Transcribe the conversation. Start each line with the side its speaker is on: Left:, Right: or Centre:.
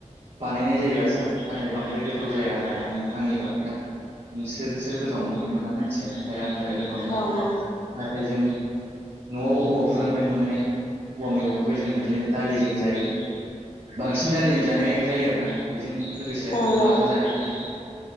Right: बानायनाय जायो आसार नाथाय बांद्राय गोथाव जाया आरो आं आंनिबा नोंसोरसो गोथाव मोनगोन ना मोना मानथिया नाथाय आंनि थाखाय गोथाव नङा
Left: औ
Right: आरोना।
Left: औ
Right: नाथाय जों न'आव औवा बुरखानिफ्राय मोननाय औवा मेगंखौ जोंङो बिदिनो दालिजों जायो बांसिन दालिजों जानाया जायो आरोना बिजों लोगोसे
Left: ओं
Right: आरो अनलाजों
Left: ओं
Right: जानाय जायो।